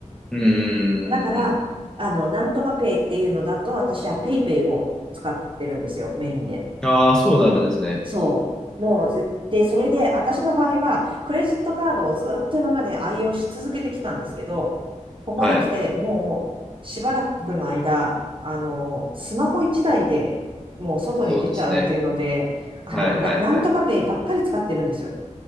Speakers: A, in the centre; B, on the right (about 40°).
A: うん。
B: だから、
A: うん。
B: あの、なんとかペイっていうのだと、私はペイペイを使ってるんですよ、メインで。
A: うん。ああそうなんですね。
B: そう。もう絶対、それで、私の場合は、クレジットカードをずっと今まで愛用し続けてきたんですけど、ここに来て、
A: はい。
B: もう、しばらくの間、あの、スマホ一台でもう外に出ちゃうっていうので、
A: そうですね。
B: あの、
A: はい。
B: な、
A: はい。
B: なんとかペイばっかり使ってるんですよ。
A: はい。